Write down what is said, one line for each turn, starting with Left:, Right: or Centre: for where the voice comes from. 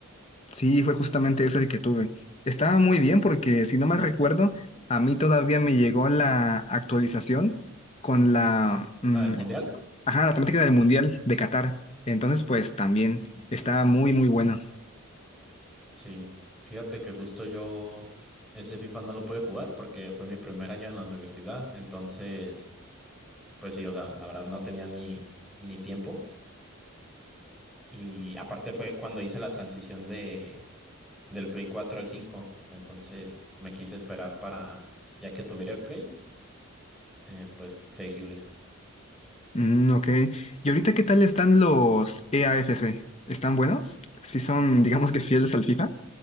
Left: Sí, fue justamente ese el que tuve. Estaba muy bien porque, si no mal recuerdo, a mí todavía me llegó la actualización con la, mm,
Centre: ¿La del Mundial?
Left: ajá, la temática del Mundial de Qatar. Entonces, pues también estaba muy, muy bueno.
Centre: Sí. Fíjate que justo yo ese FIFA no lo pude jugar porque fue mi primer año en la universidad. Entonces, pues sí, o sea, la verdad no tenía ni, ni tiempo. Y aparte fue cuando hice la transición de, del Play 4 al cinco, Entonces me quise esperar para, ya que tuviera el Play, eh, pues seguirle.
Left: Mm, ok. ¿Y ahorita qué tal están los EAFC? ¿Están buenos? ¿Sí son, digamos que fieles al FIFA?